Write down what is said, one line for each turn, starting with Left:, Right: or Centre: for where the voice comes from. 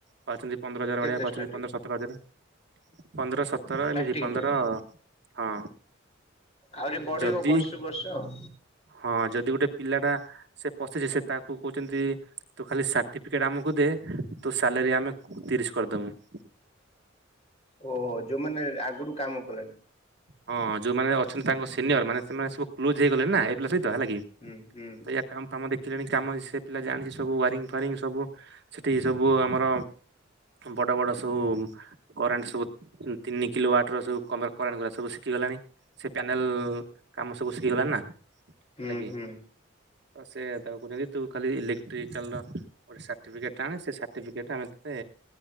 Right: ପାଉଛନ୍ତି। ପନ୍ଦର ହଜାର
Left: କେତେ
Right: ଭଳିଆ ପାଉଛନ୍ତି,
Left: ଷ୍ଟାର୍ଟିଂ
Right: ପନ୍ଦର ସତର ହଜାର ପନ୍ଦରଶ ତମ ପାଖରୁ
Left: ଷ୍ଟାର୍ଟିଂ
Right: ନେଇଚି ପନ୍ଦର
Left: ଟା
Right: ହଁ
Left: ଆହୁରି ବଢିବ
Right: ଯଦି
Left: ବର୍ଷକୁ ବର୍ଷ ଆଉ।
Right: ହଁ ଯଦି ଗୋଟେ ପିଲାଟା ସେ ପଶିଛି ସେ ତାକୁ କହୁଛନ୍ତି ତୁ ଖାଲି ସାର୍ଟିଫିକେଟ ଆମକୁ ଦେ ତୋ ସାଲେରୀ ଆମେ ତିରିଶ କରିଦେବୁ।
Left: ଓହୋ, ଯୋଉମାନେ ଆଗରୁ କାମ କଲେଣି?
Right: ହଁ ଯୋଉମାନେ ଅଛନ୍ତି ତାଙ୍କ ସିନିୟର ମାନେମାନେ ସବୁ କ୍ଲୋଜ ହେଇଗଲେ ନା ଏ ପିଲା ସ ତ ହେଲା କି
Left: ହୁଁ ହୁଁ
Right: ତ ୟା କାମ ଫାମ ଦେ କାମ ସେ ପିଲା ଜାଣିଛି ସବୁ ୱାରିଙ୍ଗ ଫାରିଙ୍ଗ ସବୁ ସେଠି ସବୁ ଆମର ବଡ଼ ବଡ଼ ସବୁ କରେଣ୍ଟ ସବୁ ତିନି କିଲୋ ୱାଟର ସବୁ କରେଣ୍ଟ ଗୁରା ସବୁ ଶିଖିଗଲାଣି ସେ ପ୍ୟାନେଲ କାମ ସବୁ ଶିଖିଗଲାଣି ନା।
Left: ହୁଁ
Right: ହେଲା କି
Left: ହୁଁ।
Right: ସେ ତାକୁ <unintelligible> ତୁ ଖାଲି ଇଲେକ୍ଟ୍ରିକାଲ ର ଗୋଟେ ସାର୍ଟିଫିକେଟ୍ ଆଣେ ସେ ସାର୍ଟିଫିକେଟ ଆମେ ତତେ